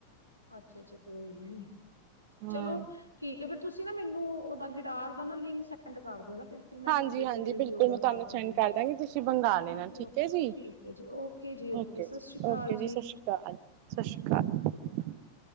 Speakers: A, on the right; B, on the right.
A: ਅੱਛਾ-ਅੱਛਾ ਕੋਈ ਨੀ,
B: ਹਾਂ
A: ਚਲੋ ਠੀਕ ਹੈ ਫੇਰ ਤੁਸੀਂ ਨਾ ਮੈਨੂੰ ਉਹਦਾ ਗਿਟਾਰ ਦਾ ਨਾ ਲਿੰਕ ਸੈਂਡ ਕਰ ਦਿਓ ਨਾ ਤੇ ਫਿਰ ਮੈਂ
B: ਹਾਂਜੀ
A: ਆਪਣੀ ਬੇਟੀ
B: ਹਾਂਜੀ
A: ਲਈ
B: ਬਿਲਕੁਲ
A: ਵੀ ਔਡਰ
B: ਮੈਂ ਤੁਹਾਨੂੰ
A: ਕਰ ਦਾਂਗੀ
B: ਸੈਂਡ ਕਰਦਾਂਗੀ ਤੁਸੀਂ ਮੰਗਾ
A: ਹੈ
B: ਲੈਣਾ
A: ਨਾ
B: ਠੀਕ
A: ਓਕੇ
B: ਹੈ ਜੀ,
A: ਠੀਕ ਹੈ ਜੀ ਓਕੇ ਜੀ
B: ਓਕੇ
A: ਸਤਿ
B: ਜੀ
A: ਸ਼੍ਰੀ ਅਕਾਲ
B: ਓਕੇ ਜੀ ਸਤਿ ਸ਼੍ਰੀ ਅਕਾਲ ਸਤਿ ਸ਼੍ਰੀ ਅਕਾਲ।